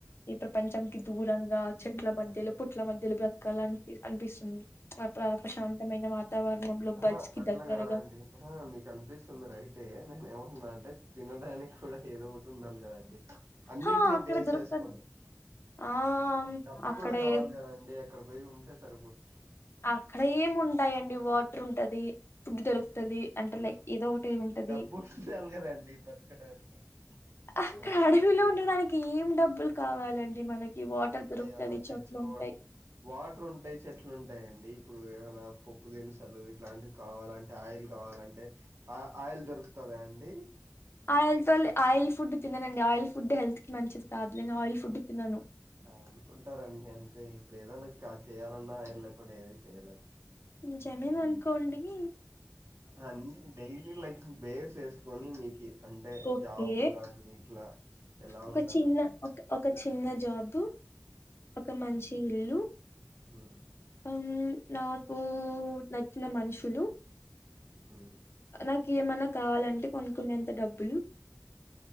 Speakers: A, on the left; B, on the right.
A: ఈ ప్రపంచానికి దూరంగా చెట్ల మధ్యలో పుట్ల మధ్యలో బ్రతకాలని అనిపి అనిపిస్తుంది అ ప్ర ప్రశాంతమైన వాతావరణంలో
B: ఆహా
A: బజ్ కి
B: అట్లా
A: దగ్గరగా
B: కాదండి హా మీకు అనిపిస్తుంది రైటె నేను ఏమంటన్నాం అంటే తినడానికి కూడా ఏదో ఒకటి ఉండాలి కదండి అన్నిటిని
A: హా అక్కడ
B: బేసేసుకొని
A: దొరుకుతది ఆ
B: డబ్బు
A: అక్కడ
B: కూడ కావాలి
A: ఏ
B: కదండి అక్కడ పొయి ఉంటే సరిపోత
A: అక్కడ ఏమి ఉంటాయండి వాట్ర్ ఉంటది ఫుడ్ దొరుకుతది అంటే లైక్ ఏదో ఉంటి ఉంటది
B: డబ్బు ఉండాలి కదండి బతకడానికి
A: అక్కడ
B: నేను అలా
A: అడవిలో
B: అంటున్నా
A: ఉండడానికి ఏం డబ్బులు కావాలండి మనకి వాటర్
B: అంటే
A: దొరుకుతది
B: ఏమైనా తెచ్చుకో
A: చెట్లు ఉంటాయి
B: వాటర్ ఉంటయి చెట్లు ఉంటా ఉంటాయండి ఇప్పుడు ఏమైనా పుప్పు దిన్ సలు ఇట్లాంటి కావాలంటే ఆయిల్ కావాలంటే ఆ ఆయిల్ దొరుకుతదా అండి
A: ఆయిల్ తోలె ఆయిల్ ఫుడ్ తిననండి ఆయిల్ ఫుడ్ హెల్త్ కి మంచిది కాదు నేను ఆయిల్ ఫుడ్ తినను
B: అహ్ అనుకుంటారండి అంతే ఇప్పుడు ఏదనా ఇక చేయ్యాలన్నా ఈయన లేకుండా ఏది చేయ్యాలదు
A: జమిన్ అన్కోడిగి
B: ఆ అన్ని డైలీ లైఫ్ బేస్ చేసుకొని మీకి అంటె
A: ఓకే
B: జాబ్ గాని ఇట్లా ఎలా
A: ఒక
B: ఉండాలనిందు
A: చిన్న ఒక ఒక చిన్న జాబు ఒక మంచి ఇల్లు
B: హ్మ్
A: ఉమ్ నాకూ నచ్చిన మనుషులు
B: ఉమ్
A: నాకు ఏమన్న కావాలంటే కొనుకునేంత డబ్బులు